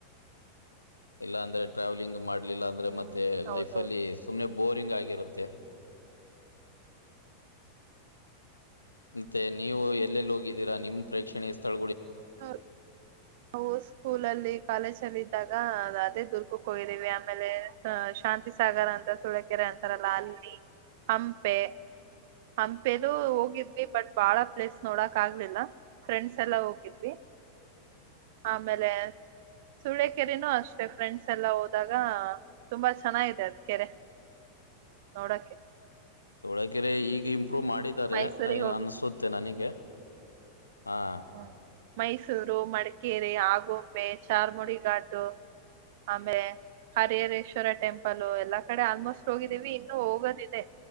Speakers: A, on the left (about 80°); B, on the right (about 50°).
A: ಇಲ್ಲ ಅಂದ್ರೆ ಟ್ರಾವ್ಲಿಂಗ್ ಮಾಡ. ಇಲ್ಲ ಅಂದ್ರೆ
B: ಹ್ಮ್
A: ಮತ್ತೆ
B: ಹೌದೌದು
A: ಲೈಫ್ ಅಲ್ಲಿ ಸುಮ್ಮ್ನೆ. ಬೋರಿಂಗ್ ಆಗಿರುತ್ತೆ. ಮತ್ತೆ ನೀವು ಎಲ್ಲೆಲ್ಲಿ ಹೋಗಿದ್ದೀರಾ ನಿಮ್ ಪ್ರೇಕ್ಷಣೀಯ ಸ್ಥಳ.
B: ಹ ಹ ಸ್ಕೂಲ ಅಲ್ಲಿ ಕಾಲೇಜ್ ಅಲ್ಲಿ ಇದ. ಅದೇ ದುರ್ಕಕ್ ಹೋಗಿದೀವಿ ಆಮೇಲೆ ಶಾಂತಿಸಾಗರ್ ಅಂತ ಸುಳಕೆರೆ ಅಂತಾರಲ್ಲ ಅಲ್ಲಿ ಹಂಪೆ ಹಂಪೆದು ಹೋಗಿದ್ವಿ ಬಟ್ ಬಾಳ ಪ್ಲೇಸ್ ನೋಡಕ್ ಆಗ್ಲಿಲ್ಲ ಫ್ರೆಂಡ್ಸ್ ಎಲ್ಲ ಹೋಗಿದ್ವಿ. ಆಮೇಲೆ ಸೂಳಕೆರೆನೂ ಅಷ್ಟೆ ಫ್ರೆಂಡ್ಸ್ ಎಲ್ಲ ಹೋದಾಗ ತುಂಬಾ ಚೆನ್ನಾಗಿದೆ ಅದ್ ಕೆರೆ ನೋಡಕೆ.
A: ಸೊಳಕರೆ ಈಗ ಇಂಪ್ರೂವ್ ಮಾಡಿದ್ದಾರೆ
B: ಮೈಸೂರಿಗೆ
A: ನ್ ಅನ್ಸುತ್ತೆ ನನಗೆ. ಹಾಂ
B: ಹ್ಮ ಮೈಸೂರು ಮಡಕೆ. ಇಕ್ಕೆರಿ ಆಗುಂಬೆ ಚಾರ್ಮುಡಿ ಘಾಟು ಆಮೇಲೆ ಹರಿಹರೇಶ್ವರ ಟೆಂಪಲ್ ಎಲ್ಲಾ ಕಡೆ ಆಲ್ಮೋಸ್ಟ್ ಹೋಗಿದ್ದೀವಿ ಇನ್ನುೂ ಹೋಗೋದಿದೆ